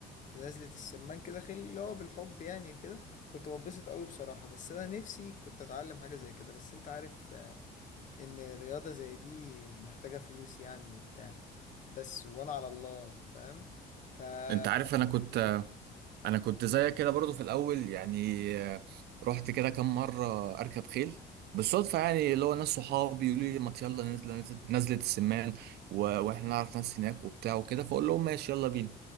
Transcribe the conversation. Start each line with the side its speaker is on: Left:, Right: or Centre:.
Left: في نزلة السمان كده خيل اللي هو بالحب يعني كده كنت بتبسط قوي بصراحة بس أنا نفسي كنت أتعلم حاجة زي كده بس أنت عارف إن رياضة زي دي محتاجة فلوس يعني وبتاع بس وانا على الله فاهم ف ف-
Right: انت عارف انا كنت انا كنت زيك كده برضو في الاول يعني آه، رحت كده كام مره اركب خيل بالصدفه يعني اللي هو ناس صحابي يقولوا لي ما يلا نزل نزل- نزلت السمان و... واحنا نعرف ناس هناك وبتاع وكده فاقول لهم ماشي يلا بينا